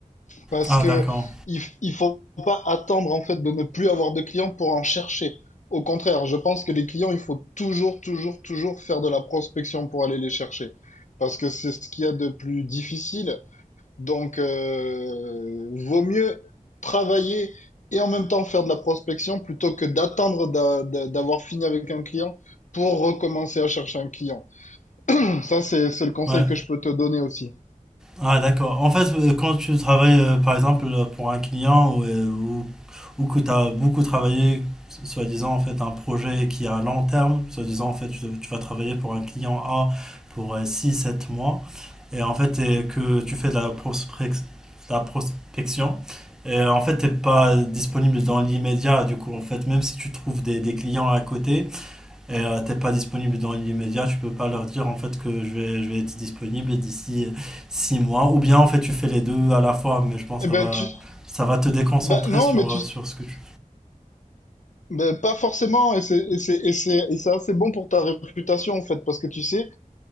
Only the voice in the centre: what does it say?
Ah,
d'accord.
Ouais.
Ah, d'accord. En fait, euh, quand tu travailles, euh, par exemple, euh, pour un client ou, euh, ou, ou que tu as beaucoup travaillé, soi-disant, en fait, un projet qui est à long terme, soi-disant, en fait, tu, tu vas travailler pour un client A pour euh, six sept mois, et en fait, et que tu fais de la, prospec- de la prospection, et en fait, tu n'es pas disponible dans l'immédiat, du coup, en fait, même si tu trouves des, des clients à côté, et euh, t'es pas disponible dans l'immédiat, tu peux pas leur dire en fait que je vais, je vais être disponible d'ici six mois. Ou bien en fait tu fais les deux à la fois, mais je pense
que ça
va,
ça va te déconcentrer
sur,
euh, sur ce que tu